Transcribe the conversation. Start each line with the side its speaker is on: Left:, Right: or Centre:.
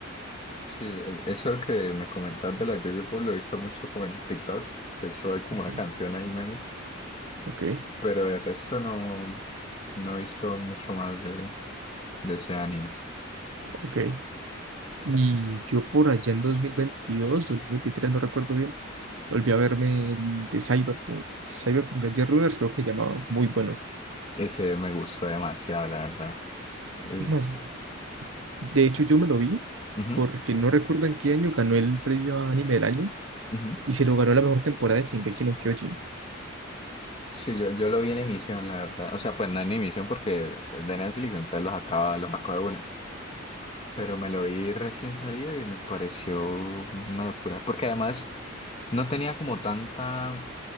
Left: Sí, el- eso que me comentas de la JoJo, pues lo he visto mucho como en TikTok. De hecho, hay como
Right: Ok,
Left: una canción ahí, meme.
Right: ok,
Left: Pero de resto no, no he visto mucho más de, de ese anime.
Right: ok. Y yo por allá en dos dos mil veintidós dos mil veintitrés no recuerdo bien, volví a verme el de Cyberpunk, Cyberpunk Edge Runners creo que llamaba, muy bueno.
Left: Ese me gustó demasiado, la verdad. Es...
Right: Es más, De hecho, yo me lo vi
Left: ujú,
Right: porque no recuerdo en qué año ganó el premio a anime del año
Left: ujú.
Right: y se lo ganó la mejor temporada de Shingeki no Kyojin.
Left: Sí, yo, yo lo vi en emisión, la verdad. O sea, pues no en emisión porque es de Netflix, entonces los acaba, los sacó de una. Pero me lo vi recién salido y me pareció una locura. Porque además no tenía como tanta,